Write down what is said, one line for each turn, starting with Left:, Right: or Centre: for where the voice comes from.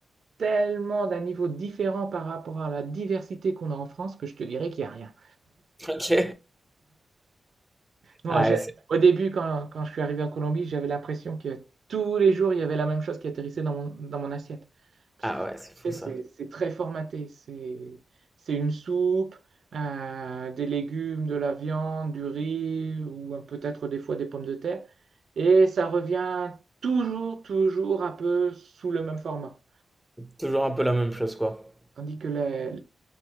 Right: tellement d'un niveau différent par rapport à la diversité qu'on a en France que je te dirais qu'il n'y a rien.
Centre: <laughs> ok.
Right: Non,
Centre: Ah,
Right: j'ai-
Centre: c'est-
Right: au début, quand, quand je suis arrivé en Colombie, j'avais l'impression que tous les jours, il y avait la même chose qui atterrissait dans mon, dans mon assiette. Parce
Centre: ah
Right: que,
Centre: ouais, c'est
Right: tu
Centre: fou
Right: sais,
Centre: ça.
Right: c'est c'est très formaté. C'est c'est une soupe, euh, des légumes, de la viande, du riz ou euh, peut-être des fois des pommes de terre. Et ça revient toujours, toujours un peu sous le même format.
Centre: Toujours un peu la même chose quoi.
Right: Tandis que la-